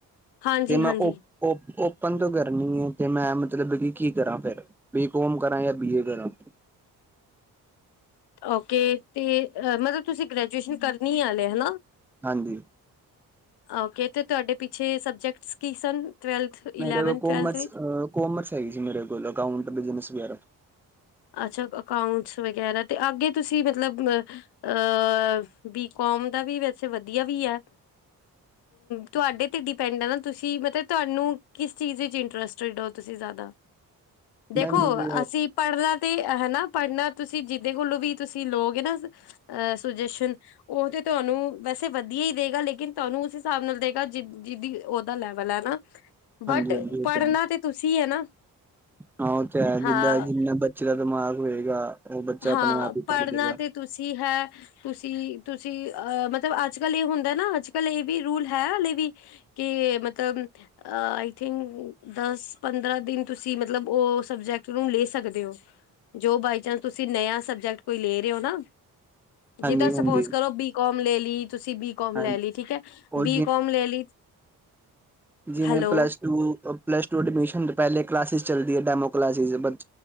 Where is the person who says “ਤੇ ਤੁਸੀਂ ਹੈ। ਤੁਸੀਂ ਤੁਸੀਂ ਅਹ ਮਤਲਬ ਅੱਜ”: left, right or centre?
Left